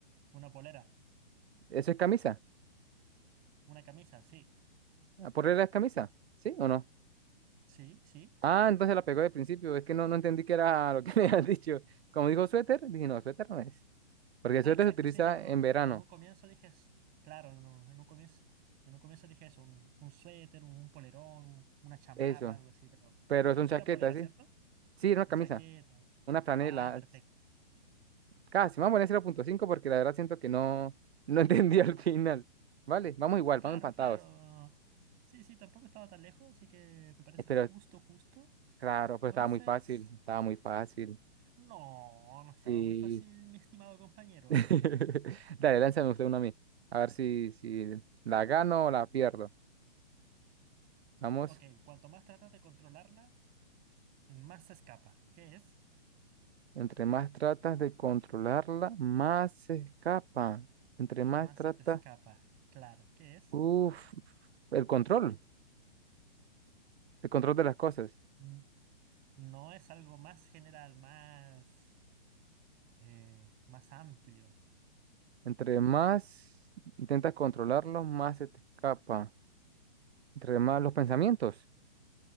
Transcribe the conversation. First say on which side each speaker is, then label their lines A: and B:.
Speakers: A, on the right; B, on the right.
A: una polera,
B: ¿Eso es camisa?
A: una camisa, sí.
B: ¿A ¿Por regla es camisa? ¿Sí o no?
A: Sí, sí.
B: Ah, entonces la pegó de principio. Es que no, no entendí que era lo que <laughs> me habías dicho. Como dijo suéter, dije, no, suéter no es. Porque el
A: Ah,
B: suéter
A: exacto,
B: se utiliza
A: sí, no, no, no.
B: en verano.
A: No, en un comienzo dije, s- claro, en un, en un comienzo, en un comienzo dije eso, un, un suéter, un, un polerón, un- una chamarra,
B: Eso.
A: algo así, pero,
B: Pero son
A: pero
B: chaquetas,
A: era polera,
B: ¿sí?
A: ¿cierto?
B: Sí, era una
A: O
B: camisa.
A: chaqueta.
B: Una franela.
A: Ah, perfecto.
B: Casi. Vamos a poner 0.5 porque la verdad siento que no, no <laughs> entendí al final. Vale, vamos igual,
A: Claro,
B: vamos empatados.
A: claro. Sí, sí, tampoco estaba tan lejos, así que me parece
B: Espero
A: justo, justo.
B: Claro, pero
A: Entonces,
B: estaba muy fácil, estaba muy fácil.
A: no, no estaba
B: Sí.
A: muy fácil, mi estimado compañero.
B: <laughs> Dale, lánzame usted una a mí. A ver si, si la gano o la pierdo. Vamos,
A: Ok, cuanto más tratas de controlarla, más se escapa. ¿Qué es?
B: entre más tratas de controlarla, más se escapa. Entre más
A: Más
B: tratas,
A: se te escapa. Claro, ¿qué es?
B: uff, el control, el control de las cosas.
A: N- No es algo más general, más, eh, más amplio.
B: Entre más intentas controlarlo, más se te escapa. Entre más los pensamientos,